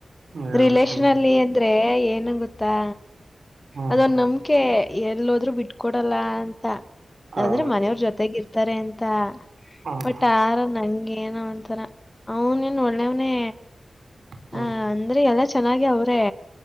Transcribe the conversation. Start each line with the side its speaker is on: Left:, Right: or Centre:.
Right: ಹೇಳ್ಬೇಕು
Left: ರಿಲೇಶನ್
Right: ನೀನು
Left: ಅಲ್ಲಿ ಅದ್ರೆ ಏನು ಗೊತ್ತಾ
Right: ಹ್ಮ್
Left: ಅದ ನಮಕೆ ಎಲ್ಲದ್ರು ಬಿಟ್ಕೊಡಲ್ಲ ಅಂತ
Right: ಹೌದು
Left: ಅಂದ್ರೆ ಮನೆಯವ್ರ ಜೊತೆಗ ಇರ್ತಾರೆ ಅಂತ
Right: ಹ್ಮ್
Left: ಬಟ್ ಆಾರ ನಂಗೆ ಏನ ಅಂತರ ಅವನ್ ನ್ ಒಳ್ಳೇವ್ನೇ
Right: ಹ್ಮ್
Left: ಹ ಅಂದ್ರೆ ಎಲ್ಲ ಚೆನ್ನಾಗಿ ಅವ್ರೆ